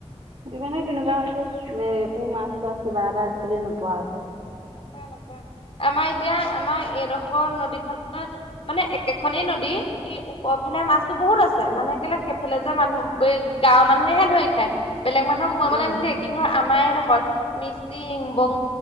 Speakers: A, on the right (about 55°); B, on the left (about 60°).
A: সেইটো কাৰণে তেনেকুৱা হৈছে একো মাছ চাছ কিবা এটা আজিকালি নোপোৱা হৈছে
B: নাপায় নাপায় আমাৰ এতিয়া আমাৰ এডোখৰ নদী খনৰ মানে এখনে এই নদী এই ওপৰ ফালে মাছতো বহুত আছে মানে কেলে সেইফালে যে মানুহ গাঁৱৰ মানুহে ধৰে খাই বেলেগ মানুহক সোমাবলে
A: উম।
B: নিদিয়ে, কিন্তু আমাৰ এইডোখৰ মিচিং বঙ